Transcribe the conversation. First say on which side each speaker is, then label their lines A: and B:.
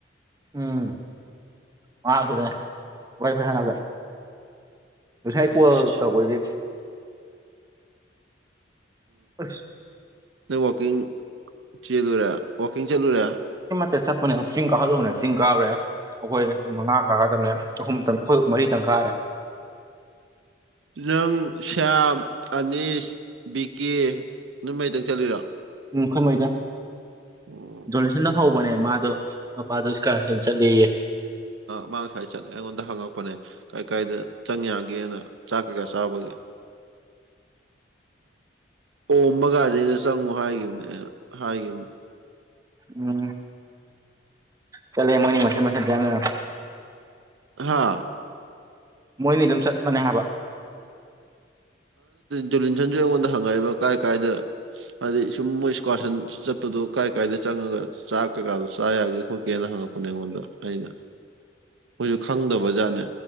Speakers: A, on the right; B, on the right.
A: ꯎꯝ ꯃꯉꯥꯔꯛ ꯁꯨꯗꯣꯏꯅꯦ ꯋꯥ ꯐꯩꯁꯥꯗ ꯑꯗꯨꯁꯥꯏ ꯀꯣ
B: ꯑꯁ
A: ꯀꯗꯤ ꯑꯁ
B: ꯅ ꯋꯥꯀꯤꯡ ꯆꯂꯨꯔꯦ ꯋꯥꯀꯤꯡ ꯆꯂꯨꯔꯦ
A: ꯁꯤ ꯆꯠꯄꯅꯦ ꯆꯤꯡ ꯀꯥꯍꯜꯂꯨꯕꯅꯦ ꯆꯤꯡ ꯀꯥꯈꯨꯔꯦ ꯑꯩꯈꯣꯏ ꯃꯉꯥ ꯀꯥꯒꯗꯕꯅꯦ ꯑꯍꯨꯝ ꯇꯪꯈꯣꯏ ꯃꯔꯤ ꯇꯪꯈꯥꯔꯦ
B: ꯅꯪ ꯁ꯭ꯌꯥꯝ ꯑꯅꯤꯁ ꯕꯤꯀꯦ ꯅꯣꯏꯃꯥꯏꯗꯪ ꯆꯠꯂꯤꯔꯣ
A: ꯎꯝ ꯀꯩꯍꯩꯗ
B: ꯑꯣ
A: ꯗꯣꯂꯁꯟꯗ ꯍꯧꯕꯅꯦꯕ ꯃꯥꯗꯣ ꯄꯄꯥꯗ ꯏꯁꯀ ꯁꯦꯟꯁ ꯂꯩꯦ
B: ꯃꯥ ꯉꯁꯥꯏ ꯆꯠꯂꯦ ꯑꯩꯉꯣꯟꯗ ꯍꯪꯉꯛꯄꯅꯦ ꯀꯥꯏ ꯀꯥꯏꯗ ꯆꯪ ꯌꯥꯒꯦꯅ ꯆꯥꯛ ꯀꯒ ꯆꯕꯒꯤ ꯑꯣꯝꯕ ꯒꯥꯔꯗꯦꯟꯗ ꯆꯪꯉꯨ ꯍꯥꯏꯈꯤꯕꯅꯦ ꯍꯥꯏꯒꯤꯈꯤꯕꯅꯤ
A: ꯎꯝ ꯆꯂꯦ ꯃꯅꯤ ꯃꯁ ꯃꯁꯉ
B: ꯍꯥꯥ
A: ꯃꯣꯏꯅꯤ ꯑꯗꯨꯝ ꯆꯠ ꯃꯅꯦ ꯍꯥꯏꯕ
B: ꯖꯨꯂꯤꯟꯁꯟꯁꯨ ꯑꯩꯉꯣꯟꯗ ꯍꯪꯉꯛꯏꯕ ꯀꯥꯏ ꯀꯥꯏꯗ ꯍꯥꯏꯗꯤ ꯁꯨꯝ ꯃꯣꯏ ꯏꯁꯀ꯭ꯋꯥꯁꯟ ꯆꯠꯄꯗꯣ ꯀꯥꯏ ꯀꯥꯏꯗ ꯆꯪꯉꯒ ꯆꯥꯛ ꯀꯩꯀꯥꯗꯣ ꯆꯥ ꯌꯥꯒꯦ ꯈꯣꯠꯀꯦꯅ ꯍꯉ ꯄꯨꯟꯅ ꯃꯗ ꯑꯗ ꯃꯣꯏꯁꯨ ꯈꯪꯗꯕꯖꯥꯠꯅꯦ